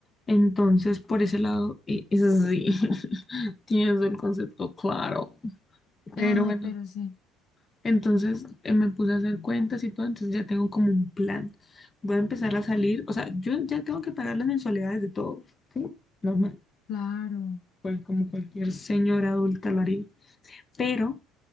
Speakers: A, on the left; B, on the left.
A: Entonces, por ese lado, eh, es así. <laughs> Tienes el concepto claro. Pero
B: Ay,
A: bueno,
B: pero sí,
A: entonces eh, me puse a hacer cuentas y todo, entonces ya tengo como un plan. Voy a empezar a salir, o sea, yo ya tengo que pagar las mensualidades de todo, ¿sí? Normal,
B: claro,
A: pues como cualquier señora adulta lo haría. Pero,